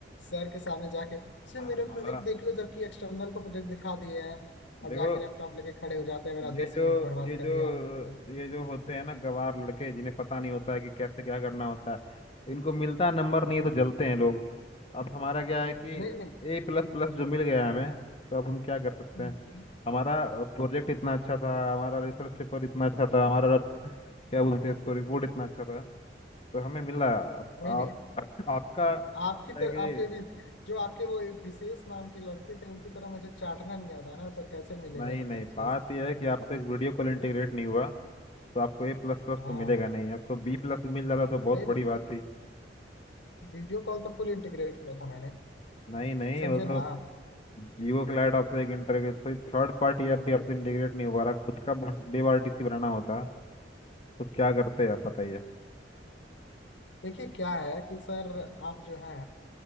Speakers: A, on the left; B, on the left.
A: सर के सामने जाके सर
B: हमारा
A: मेरा प्रोजेक्ट देख लो जबकि एक्सटर्नल को प्रोजेक्ट दिखा दिए हैं
B: देखो
A: और जाके लैपटॉप लेके खड़े हो जाते हैं मेरा
B: ये
A: दस
B: जो
A: मिनट बर्बाद
B: ये जो
A: कर दिया आप लोगों ने
B: ये जो होते हैं ना गवार लड़के जिन्हें पता नहीं होता है कि कैसे क्या करना होता है इनको मिलता नंबर नहीं है तो जलते हैं लोग अब हमारा क्या है कि
A: नहीं नहीं
B: ए प्लस प्लस जो मिल गया हमें तो अब हम क्या कर सकते
A: नहीं
B: हैं हमारा प्रोजेक्ट इतना अच्छा था हमारा रिसर्च पेपर इतना अच्छा था हमारा क्या बोलते हैं इसको रिपोर्ट इतना अच्छा था तो हमें मिला आप,
A: नहीं
B: आप आपका क्या
A: आपकी तर
B: है कि
A: आपके भी जो आपके वो एक विशेष नाम के लड़के थे उनकी तरह मुझे चाटना नहीं आता ना तो कैसे मिलेगा
B: नहीं
A: ए
B: नहीं
A: प्लस प्लस
B: बात यह है कि आपसे एक वीडियो कॉल इंटीग्रेट नहीं हुआ तो आपको ए प्लस प्लस
A: हाँ
B: तो मिलेगा नहीं आपको बी प्लस मिल जाता तो बहुत
A: नहीं
B: बड़ी
A: नहीं
B: बात थी
A: वीडियो कॉल तो फुल इंटीग्रेट किया था मैंने
B: नहीं नहीं
A: समझे
B: वो तो
A: ना आप
B: जियो क्लाइड आपसे एक interview sorry third party app भी आपसे इंटीग्रेट नहीं हो पा रहा खुद का वेब आरटीसी बनाना होता तो क्या करते आप बताइए
A: देखिए क्या है कि सर आप जो है